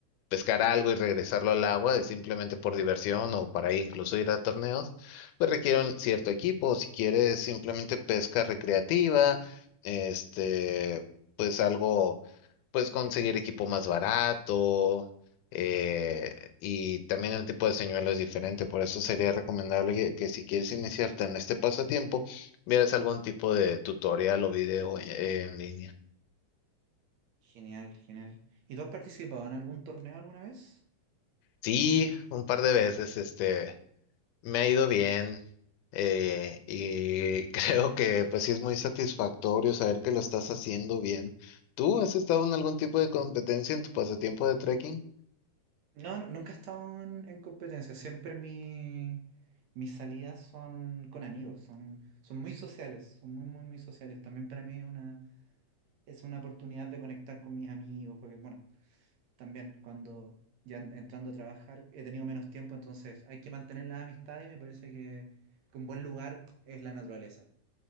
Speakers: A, on the left; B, on the right.
A: pescar algo y regresarlo al agua, es simplemente por diversión o para incluso ir a torneos, pues requiere un cierto equipo. Si quieres simplemente pesca recreativa, este, pues algo, pues conseguir equipo más barato. eh, y también el tipo de señuelo es diferente, por eso sería recomendable que, que si quieres iniciarte en este pasatiempo, vieras algún tipo de tutorial o video en en línea.
B: Genial, genial. ¿Y tú has participado en algún torneo alguna vez?
A: Sí, un par de veces, este. Me ha ido bien eh, y <laughs> creo que pues sí es muy satisfactorio saber que lo estás haciendo bien. ¿Tú has estado en algún tipo de competencia en tu pasatiempo de trekking?
B: No, no, nunca he estado en, en competencia. Siempre mi- mis salidas son con amigos, son, son muy sociales, son muy, muy, muy sociales. También para mí es una, es una oportunidad de conectar con mis amigos, porque, bueno, también cuando ya en- entrando a trabajar he tenido menos tiempo, entonces hay que mantener la amistad y me parece que, que un buen lugar es la naturaleza.